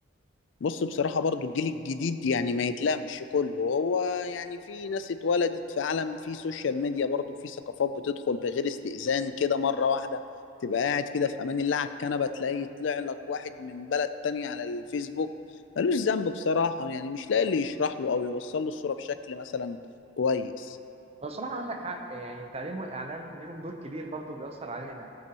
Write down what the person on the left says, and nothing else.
بص بصراحة برضو الجيل الجديد يعني ما يتلامش كله هو يعني في ناس اتولدت في عالم في سوشيال ميديا برضو في ثقافات بتدخل بغير استئذان كده مرة واحدة تبقى قاعد كده في أمان الله على الكنبة تلاقي يطلع لك واحد من بلد تانية على الفيسبوك ملوش ذنب بصراحة يعني مش لاقي اللي يشرح له أو يوصل له الصورة بشكل مثلا كويس